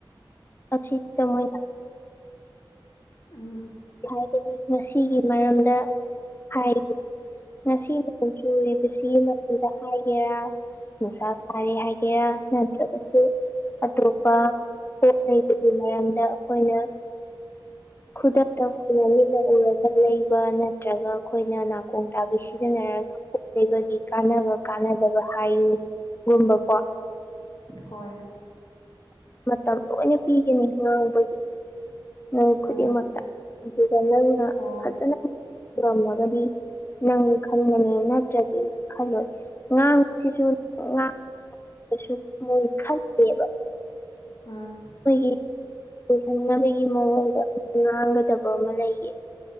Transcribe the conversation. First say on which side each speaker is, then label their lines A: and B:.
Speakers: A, on the left; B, on the left.
A: <unintelligible>
B: ꯎꯝ
A: ꯍꯥꯏꯕꯅꯤ ꯉꯁꯤꯒꯤ ꯃꯔꯝꯗ ꯍꯥꯏꯔꯤ ꯉꯁꯤ <unintelligible> ꯅꯨꯡꯁꯥ ꯍꯥꯏꯒꯦꯔꯥ ꯅꯨꯡꯁꯥ ꯁꯥꯔꯤ ꯍꯥꯏꯒꯦꯔꯥ ꯅꯠꯇ꯭ꯔꯒꯁꯨ ꯑꯇꯣꯞꯄ ꯄꯣꯠ ꯂꯩꯕꯒꯤ ꯃꯔꯝꯗ ꯑꯩꯈꯣꯏꯅ ꯈꯨꯗꯛ ꯈꯨꯗꯝ ꯑꯣꯏꯅ ꯃꯤꯠꯅ ꯎꯔꯒ ꯂꯩꯕ ꯅꯠꯇ꯭ꯔꯒ ꯑꯩꯈꯣꯏꯅ ꯅꯥꯀꯣꯡ ꯇꯥꯕꯤ ꯁꯤꯖꯤꯟꯅꯔꯒ ꯄꯣꯠ ꯂꯩꯕꯒꯤ ꯀꯥꯟꯅꯕ ꯀꯥꯟꯅꯗꯕ ꯍꯥꯏꯌꯨꯒꯨꯝꯕꯀꯣ
B: ꯍꯣꯏ
A: ꯃꯇꯝ ꯂꯣꯏꯅ ꯄꯤꯒꯅꯤ ꯉꯥꯡꯕꯒꯤ ꯅꯣꯏ
B: ꯎꯝ
A: ꯈꯨꯗꯤꯡꯃꯛꯇ ꯑꯗꯨꯒ ꯅꯪ ꯅ
B: ꯑꯣ
A: ꯐꯖꯅ
B: ꯎꯝ ꯎꯝ
A: ꯉꯝꯃꯒꯗꯤ
B: ꯎꯝ
A: ꯅꯪ ꯈꯟꯒꯅꯤ ꯅꯠꯇ꯭ꯔꯗꯤ ꯈꯜꯂꯣꯏ ꯉꯥꯡꯕꯁꯤꯁꯨ ꯉꯥꯡ ꯁꯨ ꯃꯣꯏ ꯈꯟꯗꯦꯕ
B: ꯑꯥ
A: ꯑꯩꯈꯣꯏꯒꯤ ꯄꯨꯁꯟꯅꯅꯕꯒꯤ ꯃꯑꯣꯡꯗ ꯉꯥꯡꯒꯗꯕ ꯑꯃ ꯂꯩꯌꯦ